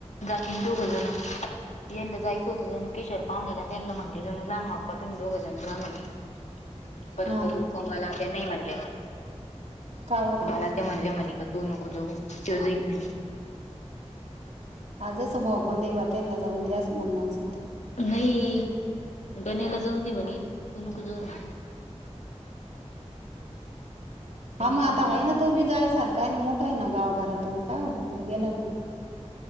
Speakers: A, on the left (about 80°); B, on the right (about 75°).
A: जातील दोघंजण यंदा जाय चौथं जणू केशर पाहूण्याला त्यानला म्हटले जणू लहानू आप्पा, तुमही दोघंजण जा म्हणले परत
B: हा
A: कोमलला ते नाही म्हणले म्हणे.
B: का बरं?
A: कोमला त्या म्हणल्या, मनिका तू नको जाऊ त्यो जाईन म्हणे.
B: आजच भाऊबंद व त्यांना जाऊन द्याच म्हणणं असंल.
A: नाही गण्याला जाऊन दे म्हणे, तू नको जाऊ म्हणले.
B: हा.
A: तू
B: मग
A: जाशील
B: आता
A: नवऱ्याला.
B: आहे ना, तो बी जाय सारखा आहे ना. मोठा आहे ना, गावघरातून काय होतं तो गेला भी तर.